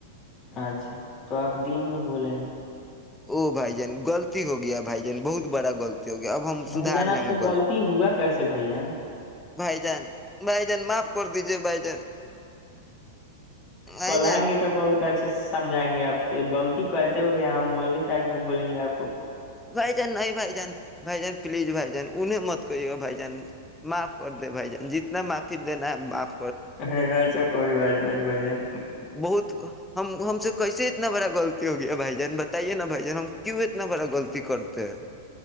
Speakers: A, on the left; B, in the centre.
A: اچھا تو آپ دن میں بولے ہیں
B: ا بھائی جان غلط ہو گیا بھائی جن بہت بڑا غلط ہو گیا اب ہم
A: بھائی
B: سدھار
A: جان آپ
B: لیں
A: سے
B: گے
A: غلط ہوا کیسے بھائی جان
B: بھائی جان بھائی جان معاف کر دیجے بھائی جان بھائی
A: کولگی
B: جان
A: تو بہت اچ سمجھائیں گے آپ سے غلط کیسے ہو گیا مولوی صاحب کو بولیں گے آپ کو
B: بھائی جان نہیں بھائی جان بھائی جان پلیز بھائی جان انہیں مت کریے گا بھائی جان معاف کر دے بھائی جان جتنا معافی دینا ہےاف
A: ہ اچھا کوئی بات نہیں مگ بجن
B: بہت ہم ہم سے کیسے اتنا بڑا غلط ہو گیا بھائی جن بتائیےا بھائی جان ہم کیوں اتنا بڑا غلطی کرتے ہیں